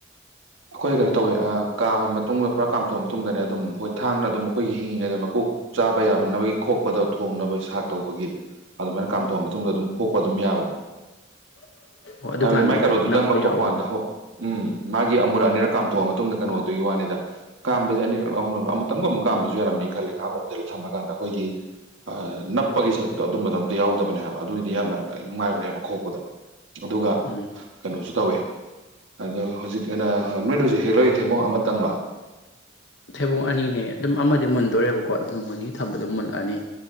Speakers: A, on the right; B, on the left.
A: ꯑꯈꯣꯏ ꯀꯩꯅꯣ ꯇꯧꯋꯦ ꯑꯥ ꯀꯥꯝꯃ ꯃꯇꯨꯡꯗ ꯄꯨꯔꯥ ꯀꯥꯝꯊꯣꯛꯑ ꯃꯇꯨꯡꯗꯅꯦ ꯑꯗꯨꯝ ꯍꯣꯏ ꯊꯥꯡꯅ ꯑꯗꯨꯝ ꯑꯩꯈꯣꯏꯒꯤ ꯍꯤꯡꯉꯤꯉꯩꯗ ꯃꯀꯣꯛ ꯆꯥꯕ ꯌꯥꯕꯅꯕꯒꯤ ꯈꯣꯛꯄꯗꯣ ꯊꯣꯡꯅꯕ ꯁꯥꯛ ꯇꯧꯕꯒꯤ ꯑꯗꯨꯃꯥꯏꯅ ꯀꯥꯝꯊꯣꯛꯑ ꯃꯇꯨꯡꯗ ꯑꯗꯨꯝ ꯄꯣꯛꯄ ꯑꯗꯨꯝ ꯌꯥꯕꯅꯤ
B: <inaudible> ꯑꯗꯨꯀꯥꯟꯗꯗꯤ
A: ꯍꯥꯏꯕꯗꯤ ꯃꯥꯏ ꯀꯩꯅꯣꯗꯨꯗꯪ
B: ꯀꯩꯝ ꯅꯞꯄ
A: ꯂꯧꯊꯣꯛꯄꯥꯟꯗ
B: ꯌꯥꯎꯔꯕ
A: ꯍꯣꯏ ꯎꯝ ꯃꯥꯒꯤ ꯒꯤ ꯑꯃꯨꯔꯛ ꯑꯅꯤꯔꯛ ꯀꯥꯝꯊꯣꯛꯑ ꯃꯇꯨꯡꯗ ꯀꯩꯅꯣ ꯗꯨꯒꯤ ꯋꯥꯅꯤꯗ ꯀꯥꯝꯕꯖꯦ ꯑꯅꯤꯔꯛꯂꯥ ꯑꯍꯨꯝꯂꯛꯂꯥ ꯑꯃꯨꯛꯇꯪ ꯑꯃꯨꯛ ꯀꯥꯝꯕꯁꯨ ꯌꯥꯔꯝꯅꯤ ꯈꯜꯂꯦ ꯉꯥꯏꯍꯥꯛ ꯑꯣꯝꯖꯤꯜꯂ ꯊꯝꯃꯀꯥꯟꯗ ꯑꯈꯣꯏꯒꯤ ꯑꯥ ꯅꯞꯄꯒꯤ ꯁꯔꯨꯛꯇꯣ ꯑꯗꯨꯝꯕꯗꯣ ꯑꯝꯇꯥ ꯌꯥꯎꯗꯕꯅꯦ ꯍꯥꯏꯕ ꯑꯗꯨꯑꯣꯏꯗꯤ ꯌꯥꯝꯅ ꯅꯨꯡꯉꯥꯏꯕꯅꯦꯕ ꯈꯣꯛꯄꯗ ꯑꯗꯨꯒ
B: ꯎꯝ
A: ꯀꯥꯅꯣꯁꯨ ꯇꯧꯋꯦ ꯑꯗꯣ ꯍꯨꯖꯤꯛ <unintelligible> ꯅꯣꯏꯅ ꯍꯨꯖꯤꯛ ꯍꯦꯛꯂꯛꯏ ꯊꯩꯕꯣꯡ ꯑꯃꯇꯪꯂꯥ
B: ꯊꯩꯕꯨꯡ ꯑꯅꯤꯅꯦ ꯑꯗꯨꯝ ꯑꯃꯗꯤ ꯃꯨꯟꯗꯣꯔꯦꯕꯀꯣ ꯑꯗꯨ ꯅꯣꯡꯃ ꯅꯤꯅꯤ ꯊꯝꯕꯗ ꯃꯨꯜꯂꯛꯑꯅꯤ